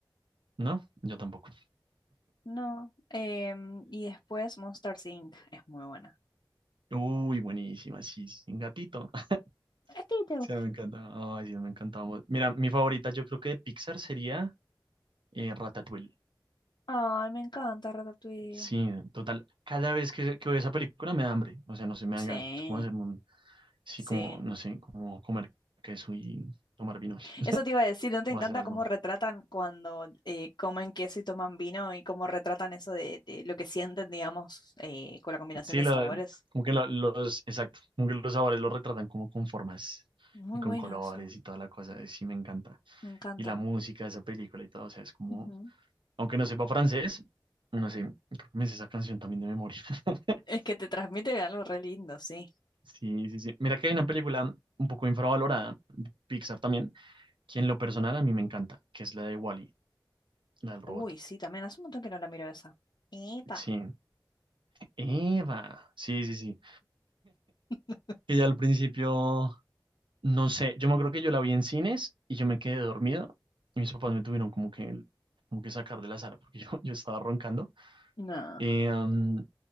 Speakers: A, on the right; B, on the left.
A: ¿no? Yo tampoco.
B: No. em, y después Monster Inc. es muy buena.
A: Uy, buenísima, sí, sin gatito. <laughs>
B: Ratito.
A: Sí, me encanta. Ay, sí, me encantaba. Mira, mi favorita yo creo que de Pixar sería eh, Ratatouille.
B: Ay, me encanta Ratatouille.
A: Sí, total. Cada vez que, que veo esa película me da hambre. O sea, no sé, me dan
B: Sí,
A: ganas como hacer un, sí,
B: sí.
A: como, no sé, como comer queso y tomar vinos
B: Eso te iba a decir, ¿no te encanta
A: o hacer algo.
B: cómo retratan cuando eh, comen queso y toman vino y cómo retratan eso de, de lo que sienten, digamos, eh, con la combinación
A: Sí,
B: de
A: la,
B: sabores?
A: como que la- los, exacto, como que los sabores los retratan como con formas
B: Muy
A: y con
B: bueno
A: colores
B: eso,
A: y toda la cosa. Sí, me encanta.
B: me encanta.
A: Y la música de esa película y todo, o sea, es como,
B: Ujú.
A: Aunque no sepa francés, no sé, creo que me sé esa canción también de memoria. <laughs>
B: Es que te transmite algo re lindo, sí.
A: Sí, sí, sí. Mira que hay una película un poco infravalorada de Pixar también, que en lo personal a mí me encanta, que es la de Wall-E, la del robot.
B: Uy, sí, también hace un montón que no la miro esa. Epa.
A: Sí, Eva. Sí, sí, sí.
B: <laughs>
A: Ella al principio, no sé, yo me acuerdo que yo la vi en cines y yo me quedé dormido y mis papás me tuvieron como que, como que sacar de la sala porque <laughs> yo, yo estaba roncando.
B: No.
A: Eh, um,